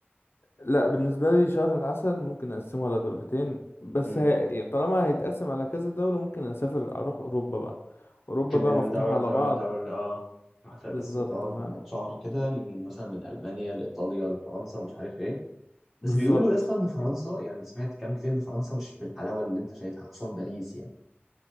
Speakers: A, on the left (about 65°); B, in the centre.
A: لا بالنسبة لي شهر العسل ممكن أقسمه على دولتين بس
B: تاني؟
A: هي... طالما هيتقسم على كذا دولة ممكن أسافر أروح أوروبا بقى أوروبا
B: تنقل
A: بقى
B: من
A: مفتوحة
B: دولة
A: على
B: لدولة
A: بعض
B: لدولة اه هتبقى
A: بالظبط
B: بس تقعد
A: ف
B: لك شهر كده من مثلا من ألمانيا لإيطاليا لفرنسا ومش عارف إيه
A: بالظبط
B: بس بيقولوا يا اسطى إن فرنسا يعني سمعت كلام كتير إن فرنسا مش بالحلاوة اللي أنت شايفها خصوصا باريس يعني